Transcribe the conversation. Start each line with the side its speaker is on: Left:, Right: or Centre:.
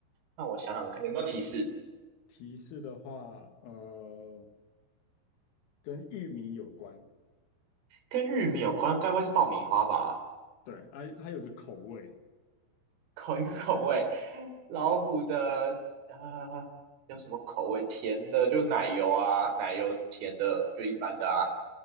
Right: 让我想想看，有没有提示？
Left: 提示的话，呃，跟玉米有关。
Right: 跟玉米有关，该不会是爆米花吧？
Left: 对，哎、它有个口味，
Right: <laughs> 口一个口味，老虎的呃有什么口味？甜的就奶油啊，奶油甜的就一般的啊，